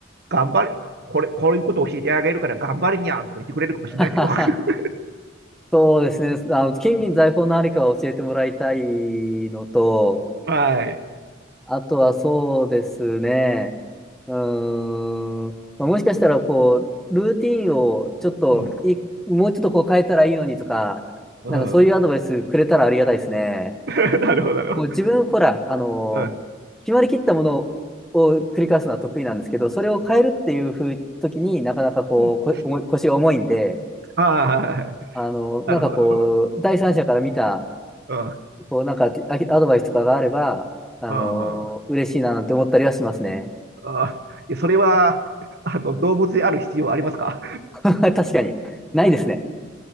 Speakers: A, on the right; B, in the centre.
A: 頑張れ、これ、こういうことを教えてあげるから頑張れにゃんとか言ってくれるかもしれないですよ。
B: <laughs> ははは
A: <laughs>
B: そうですね。あの、金銀財宝のありかを教えてもらいたいのと、
A: はい。
B: あとはそうですね。うーん。まあ、もしかしたら、こう、ルーティンをちょっとい、
A: うん。
B: もうちょっとこう変えたらいいのにとか、
A: うん。
B: なんかそういうアドバイスくれたらありがたいですね。
A: <laughs> なるほど、なるほど。
B: もう自分、ほら、あの、
A: うん。
B: 決まりきったものを繰り返すのは得意なんですけど、それを変えるっていうふう時になかなかこう、
A: うん。
B: こ、重い腰が重いんで、
A: ああ、はいはい
B: あの、なんかこう、
A: なるほど、なるほど。
B: 第三者から見た、
A: うん。うん。
B: こう、なんかあアドバイスとかがあれば、あの、
A: あ
B: 嬉しいななんて思ったりはしますね。
A: あ。いや、それは、あの、動物である必要ありますか
B: <laughs> 確かに。ないですね。